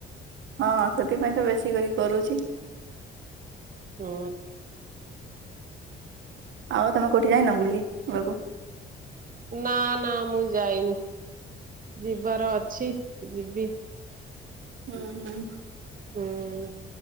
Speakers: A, on the right (about 70°); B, on the right (about 45°).
A: ହଁ ସେଥିପାଇଁ ତ ବେଶୀ କରି କରୁଛି।
B: ହୁଁ।
A: ଆଉ ତମେ କୋଉଠି ଯାଇନ ବୁଲିି ବାକୁ।
B: ନା ନା ମୁଁ ଯାଇନି ଯିବାର ଅଛି ଯିବି।
A: ହୁଁ ହୁଁ।
B: ହୁଁ।